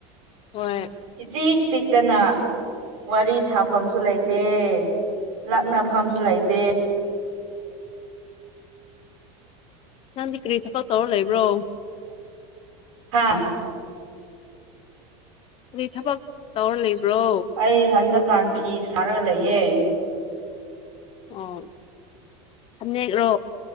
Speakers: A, on the left; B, on the right.
A: ꯍꯣꯏ
B: ꯏꯆꯤꯛ ꯆꯤꯛꯇꯅ ꯋꯥꯔꯤ ꯁꯥꯐꯝꯁꯨ ꯂꯩꯇꯦ ꯂꯛꯅꯐꯝꯁꯨ ꯂꯩꯇꯦ
A: ꯅꯪꯗꯤ ꯀ꯭ꯔꯤ ꯊꯕ ꯇꯧꯔ ꯂꯩꯕ꯭ꯔꯣ
B: ꯍꯥꯥ
A: ꯑꯗꯨꯗꯤ ꯊꯕꯛ ꯇꯧꯔ ꯂꯩꯕ꯭ꯔꯣ
B: ꯑꯩ ꯍꯟꯗꯛꯀꯥꯟ ꯐꯤ ꯁꯥꯔꯒ ꯂꯩꯌꯦ
A: ꯑꯣ ꯊꯝꯅꯦꯛ꯭ꯔꯣ